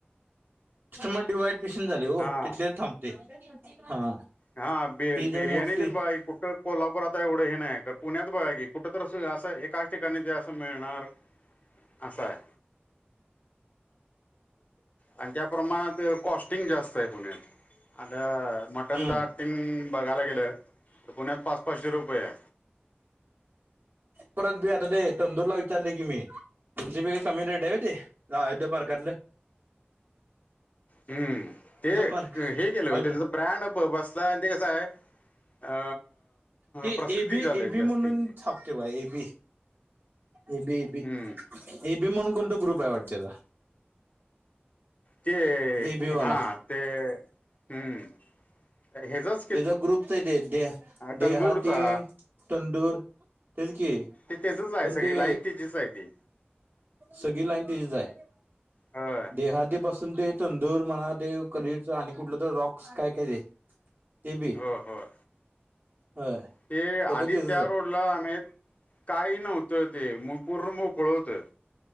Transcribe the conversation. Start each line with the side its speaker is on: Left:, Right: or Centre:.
Right: मग डिवाईड मेंशन झाले हो
Left: हां
Right: तिथले थांबते हा.
Left: हा ब
Right: ही जर
Left: बिर्याणी
Right: मोठी
Left: तीन बाघा कु कोल्हापुरात एवढं हे नाही पुण्यात बघा आहे की कुठ तर असं एकाच ठिकाणी ज असं मिळणार. असाय. आणि त्या प्रमाणात कॉस्टिंग जास्त आहे पुण्यात. आता मटण
Right: हम्म
Left: ताट तेन बघायला गेलं तर पुण्यात पाच पाचशे रुपये
Right: परत बी आता ते तंदूरला विचारले की मी तुमच्या पेक्षा कमी रेट आहे ते. आयोध्या पारकातल.
Left: हम्म, ते
Right: पार्क
Left: हे केलय
Right: अयोध्या
Left: ओ त्याच ब्रँड ते कसाय अ
Right: ते
Left: प्रसिद्धी
Right: एबी
Left: झाली
Right: एबी
Left: जास्तींची
Right: म्हणून छापतेय बघा एबी. एबी एबी,
Left: हम्म
Right: एबी म्हणून कोणता ग्रुप आहे वाटत तेजा.
Left: ते
Right: एबी वाला
Left: हा ते हम्म हेचाच
Right: तेज ग्रुपच आहे ते. दे
Left: तंदूरचा
Right: देहाती तंदूर. तेज कि
Left: त्याचच आहे
Right: पण
Left: सगळी
Right: ते
Left: लाईन हेच हाय ते.
Right: सगळी लाईन तेजीच आहे.
Left: होय
Right: देहाते पासून ते तंदूर म्हणा, ते कलेच आणि कुठल तर रॉक्स काय काय ते, ते बी ये.
Left: हो हो
Right: होय
Left: ते आधी
Right: सगळं त्याचच
Left: त्या
Right: आहे
Left: रोडला आमित काही नव्हत ते. पूर्ण मोकळ होत.